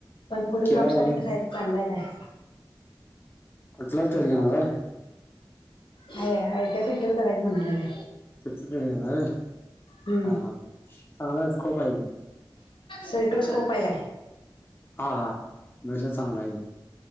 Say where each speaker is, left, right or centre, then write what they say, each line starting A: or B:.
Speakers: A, on the left; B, on the left.
A: पण पुढे
B: केला
A: जॉब
B: होय.
A: साठी कस आहे चांगला आहे काय?
B: कसला ऍडमिशन घेणार आहे.
A: आय टी आय भेटल करायचं म्हणायला.
B: <unintelligible> घेणार हा
A: हम्म
B: चांगला स्कोप हाय की.
A: सगळीकडे स्कोप आहे काय?
B: हा हा विषय चांगला आहे.